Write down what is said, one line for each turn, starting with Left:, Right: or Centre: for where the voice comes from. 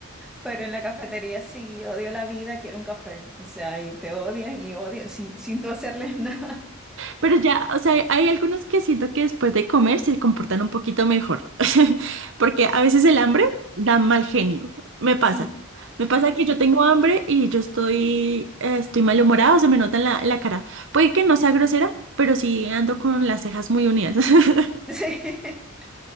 Centre: Pero en la cafetería sí, odio la vida, quiero un café. O sea, y te odian y odian sin, sin tú hacerles <laughs> nada.
Right: Pero ya, o sea, hay algunos que siento que después de comer se comportan un poquito mejor, <laughs> porque
Centre: Pues,
Right: a veces el hambre da mal genio, me
Centre: sí,
Right: pasa. Me pasa que yo tengo hambre y yo estoy, eh, estoy malhumorada, se me nota en la, en la cara. Puede que no sea grosera, pero sí ando con las cejas muy unidas. <laughs>
Centre: Sí, <laughs>